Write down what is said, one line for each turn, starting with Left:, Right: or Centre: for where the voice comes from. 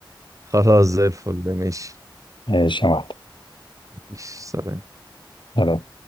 Right: خلاص زي الفل ماشي
Left: ماشي يا
Right: ماشي، سلام
Left: معلم